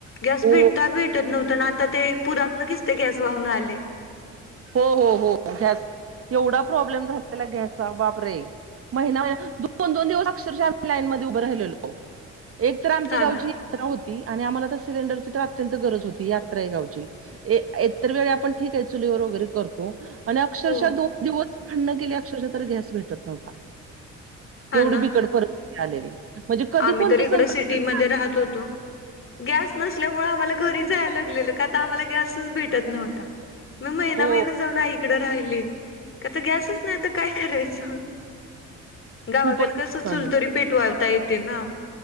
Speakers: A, on the left; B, on the right.
A: गॅस
B: हो
A: भेटता भेटत नव्हत‌ आता ते पुरातन किस ते गॅस वाहून आले.
B: हो हो हो. गॅस. एवढा प्रॉब्लेम झालेला गॅसचा बाप रे! महिना दोन दोन दिवस अक्षरशः आम्ही लाईन मध्ये उभं राहिलेलो एक तर आमच्या
A: हा
B: गावची-
A: ना
B: यात्रा होती आणि आम्हाला तर सिलेंडरची तर अत्यंत गरज होती यात्राय गावची. इतर वेळी आपण ठीक ये चुलीवर वगैरे करतो आणि अक्षरशः
A: हो
B: दोन दिवस भाडंण केली अक्षरशः तरी गॅस भेटत नव्हता.
A: हा
B: एवढी
A: ना
B: बिकट परिस्थिती आलेली म्हणजे कधी
A: आम्ही
B: कोणतं
A: तर इकड
B: संकट
A: सिटीमध्ये
B: येईल सांग
A: राहत होतो. गॅस नसल्यामुळे आम्हाला घरी जायला लागलेलं का तर आम्हाला गॅसच भेटत नव्हता मग महिना
B: हो
A: महिना जाऊन आईकड राहिले का त गॅसच नाही आता काय करायचं? गावाकड
B: खूपच नुकसान.
A: कस चुलतरी पेटवावता येते ना